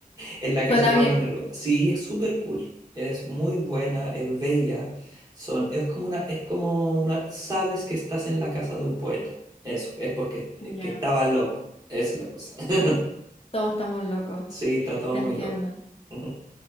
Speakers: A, on the right; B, on the left.
A: En la
B: Suena
A: casa de Pablo
B: bien.
A: Neruda. Sí, es súper cool. Es muy buena, es bella. Son, es como una, es como una, sabes que estás en la casa de un poeta. Eso, es porque eh,
B: Ya,
A: que estaba loco. Esa es la cosa. <laughs>
B: todos estamos locos,
A: Sí, está todo
B: entiendo.
A: muy loco. Ujú,